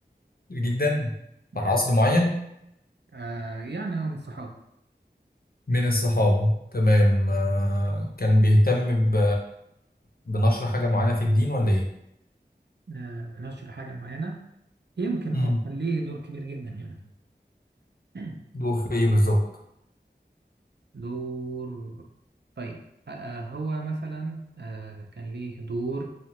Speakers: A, on the left; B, on the right.
A: كتير جدا
B: يعني
A: في عصر معين
B: آه يعني هو من الصحاب
A: من الصحابة تمام آه، كان بيهتم ب... بنشر حاجة معينة في الدين ولا إيه؟
B: آه بنشر حاجة معينة يمكن
A: امم
B: اه كان ليه دور كبير جدا يعني <clears throat>
A: دوره في إيه بالظبط؟
B: دور طيب آه آه، هو مثلا آه كان ليه دور